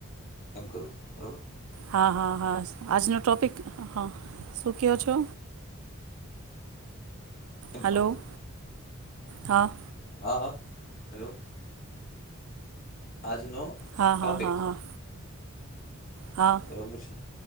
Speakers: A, on the left; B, on the right.
A: એમ કરું બરોબર.
B: હા હા હા, આજનો ટોપિક, હા. સુૂક્યો છો?
A: Join
B: hello.
A: phone કરું
B: હા.
A: હા હા, હાલો. આજનો
B: હા
A: ટોપિક.
B: હા હા હા હા
A: બરાબર છે?